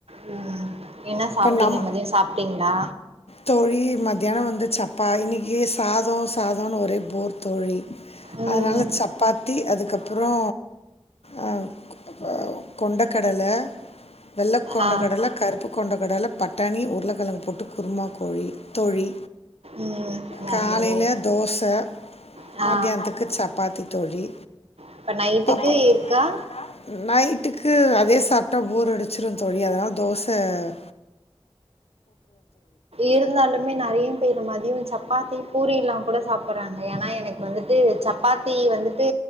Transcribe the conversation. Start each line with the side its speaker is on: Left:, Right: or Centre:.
Right: ம் என்ன
Left: இப்ப
Right: சாப்பிட்டீங்க
Left: நம்
Right: மதியம் சாப்பிட்டீங்களா
Left: தோழி மத்தியானோ வந்து சப்பா இன்னிக் <unintelligible> சாதோ சாதோனு ஒரே போர் தோழி
Right: ம்
Left: அதனால சப்பாத்தி அதுக்கப்புறோ அ கொ அ கொண்ட கடல வெல்லக் கொண்ட
Right: ஆ
Left: கடல கருப்பு கொண்ட கடல பட்டாணி உர்ளக்கெழங்கு போட்டு குருமா தோழி தோழி
Right: ம் நல்லது
Left: காலையில தோச
Right: ஆ
Left: மத்யான்த்துக்கு சப்பாத்தி தோழி
Right: இப்ப நைட்டுக்கு
Left: <unintelligible>
Right: இருக்கா
Left: நைட்டுக் க்கு அதே சாப்ட்டா போர் அடிச்சிரு தோழி அதனால் தோச அ
Right: இருந்தாலுமே நெறைய பேர் மதியோ சப்பாத்தி பூரி எல்லா கூட சாப்பறாங்க ஏன்னா எனக் வந்துட்டு சப்பாத்தி வந்துட்டு